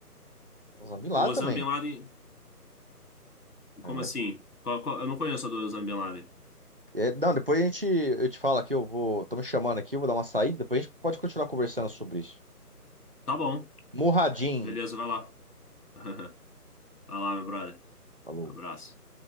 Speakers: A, on the right (about 40°); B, on the left (about 70°).
A: Osama Bin Laden
B: O Osama
A: também.
B: Bin Laden,
A: É.
B: como assim? Qual- qual- Eu não conheço a do Osama Bin Laden.
A: É, não, depois a gente, eu te falo aqui, eu vou, tô me chamando aqui, eu vou dar uma saída, depois a gente pode continuar conversando sobre isso.
B: Tá bom.
A: Muradin,
B: Beleza, vai lá. <laughs> Vai lá, meu brother.
A: Falou.
B: Abraço.